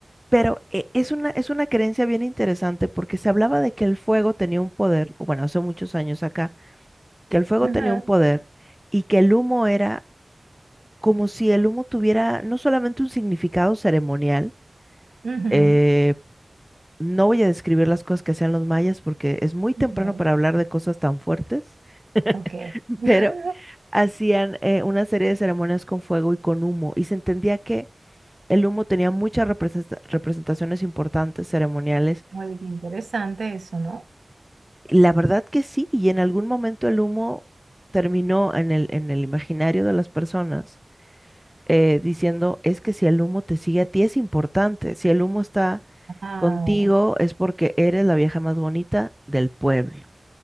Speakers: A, in the centre; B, on the right.
A: Pero eh, es una, es una creencia bien interesante porque se hablaba de que el fuego tenía un poder, o bueno, hace muchos años acá, que el fuego
B: Ajá,
A: tenía un poder y que el humo era como si el humo tuviera no solamente un significado ceremonial,
B: ujú,
A: eh, no voy a describir las cosas que hacían los mayas porque es muy temprano
B: ujú,
A: para hablar de cosas tan fuertes,
B: Ok.
A: <laughs>
B: <laughs>
A: pero hacían eh, una serie de ceremonias con fuego y con humo, y se entendía que el humo tenía muchas representa- representaciones importantes ceremoniales.
B: Muy interesante eso, ¿no?
A: Y La verdad que sí, y en algún momento el humo terminó en el, en el imaginario de las personas eh, diciendo, es que si el humo te sigue a ti es importante, si el humo está
B: Wow.
A: contigo es porque eres la vieja más bonita del pueblo.